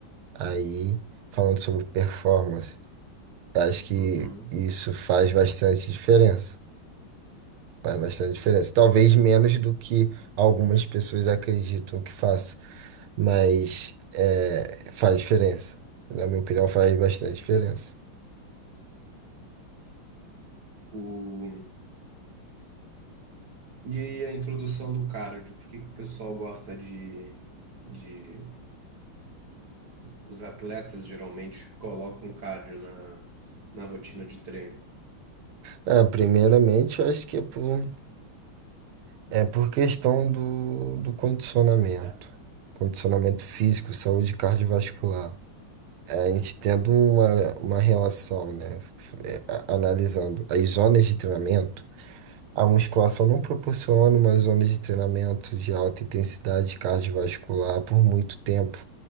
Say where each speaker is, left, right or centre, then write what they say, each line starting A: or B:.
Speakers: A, on the right; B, on the right.
A: aí falando sobre performance, acho que
B: uhum.
A: isso faz bastante diferença. Faz bastante diferença. Talvez menos do que algumas pessoas acreditam que faça, mas é, faz diferença. Na minha opinião, faz bastante diferença.
B: O... E a introdução do cardio, por que que o pessoal gosta de, de os atletas geralmente colocam cardio na, na rotina de treino.
A: Ah, primeiramente, eu acho que é por, é por questão do, do condicionamento. Condicionamento físico, saúde cardiovascular. É, a gente tendo uma, uma relação, né? É, a- analisando as zonas de treinamento. A musculação não proporciona uma zona de treinamento de alta intensidade cardiovascular por muito tempo,